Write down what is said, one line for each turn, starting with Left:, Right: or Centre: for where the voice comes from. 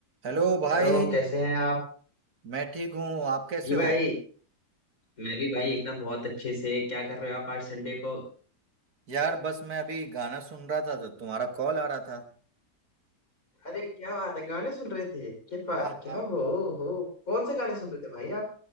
Right: हेलो भाई
Left: Hello कैसे हैं आप
Right: मैं ठीक हूँ आप कैसे
Left: जी भाई
Right: हो
Left: मैं भी भाई एकदम बहुत अच्छे से क्या कर रहे हो आप आज संडे को
Right: यार बस मैं अभी गाना सुन रहा था तो तुम्हारा कॉल आ रहा था
Left: अरे क्या बात है गाने सुन रहे थे क्या बा-
Right: हाँ
Left: क्या
Right: हाँ
Left: हो हो कौन से गाने सुन रहे थे भाई आप